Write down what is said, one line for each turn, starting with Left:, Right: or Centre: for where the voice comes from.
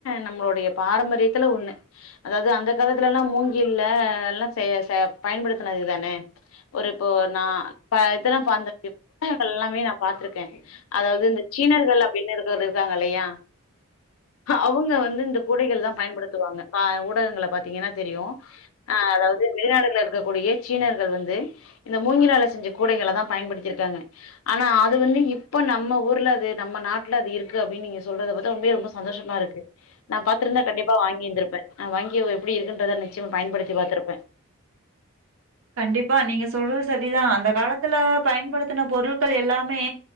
Left: நம்மளுடைய பாரம்பரியத்துல ஒண்ணு அதாவது அந்த காலத்துலலா மூங்கில்ல எல்லாம் செய செ பயன்படுத்துனதுதான ஒரு இப்போ நா இப்ப இதல்லா பாந்துருக்கே புத்தகங்கள் எல்லாமே நா பாத்துருக்கேன் அதாவது இந்த சீனர்கள் அப்டின்னு இருக்கறவரு இருக்காங்க இல்லையா அவுங்க வந்து இந்த கூடைகள்லா பயன்படுத்துவாங்க வ ஊடகங்கள பாத்தீங்கன்னா தெரியும் ஆ அதாவது வெளிநாடுகள இருக்கக் கூடிய சீனர்கள் வந்து இந்த மூங்கிலால செஞ்ச கூடைகள தா பயன்படுத்தியிருக்காங்க ஆனா அது வந்து இப்ப நம்ம ஊர்ல அது நம்ம நாட்ல அது இருக்கு அப்டின் நீங்க சொல்றத பாத்த உண்மைலியே ரொம்ப ஸ் சந்தோஷமா இருக்கு நா பாத்திருந்தா கண்டிப்பா வாங்கிந்திருப்பே நா வாங்கி எப்டி இருக்குன்றத நிச்சயமா பயன்டுத்தி பாத்திருப்பே
Right: கண்டிப்பா நீங்க சொல்றது செரிதா அந்த காலத்துல பயன்படுத்தின பொருட்கள் எல்லாமே